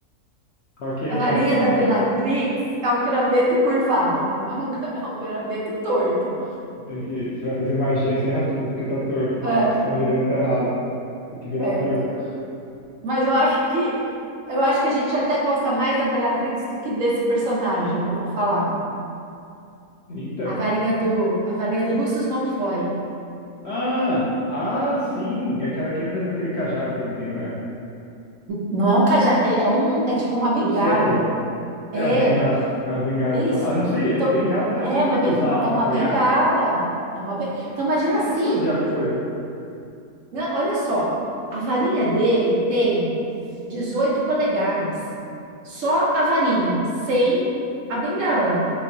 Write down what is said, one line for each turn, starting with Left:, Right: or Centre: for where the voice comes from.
Left: Qual que é
Right: a varinha
Left: então? Não consegui
Right: da Bellatrix
Left: adivinhar.
Right: é um graveto curvado, um- é um, gra- é um graveto torto.
Left: Você tem que, você vai fazer magia, você erra tudo, porque tá torto.
Right: É,
Left: O que você tá mirando tá errado. Tem que mirar
Right: é,
Left: torto.
Right: então. Mas eu acho que eu acho que a gente até gosta mais da Bellatrix do que desse personagem que eu vou falar.
Left: Eita.
Right: A varinha do, a varinha do Lúcio Malfoy.
Left: Ah, ah, sim, é aquela que entra naquele cajado que ele tem, não é?
Right: Não é um cajado, é, é um, é tipo uma bengala.
Left: É um cetro.
Right: É,
Left: É uma bengala.
Right: é
Left: É uma bengala,
Right: isso.
Left: então. Ah, eu não sei,
Right: Então,
Left: bengala não é,
Right: é
Left: você não
Right: uma,
Left: tem
Right: ben,
Left: que usar
Right: é
Left: pra
Right: uma
Left: apoiar.
Right: bengala. É uma ben...
Left: É,
Right: Então, imagina assim,
Left: Ele não usa de apoio.
Right: né? Olha só, a varinha dele tem 18 polegadas. Só a varinha, sem a bengala.